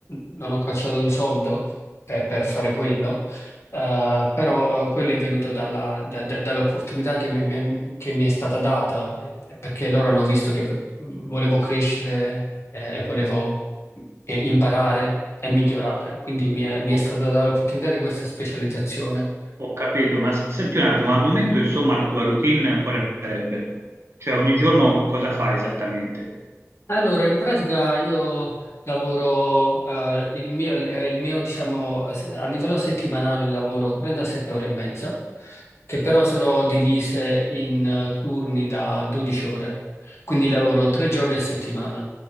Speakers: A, on the left; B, on the right.
A: non ho cacciato un soldo per per fare quello. Eh, però eh, quello è venuto dalla- da- da- dall'opportunità che mi, mi- che mi è stata data, eh, perché loro hanno visto che volevo crescere eh, e volevo eh, imparare e migliorare, quindi mi è, mi
B: Ho,
A: è stata data l'opportunità di questa specializzazione.
B: ho capito, ma s- senti un attimo, al momento insomma la tua routine quale sarebbe? Cioè ogni giorno co- cosa fai esattamente?
A: Allora, in pratica io lavoro, eh, il mio, eh, il mio, diciamo, eh, se- a livello settimanale lavoro 37 ore e mezza che però sono divise in eh, turni da 12 ore, quindi lavoro tre giorni a settimana.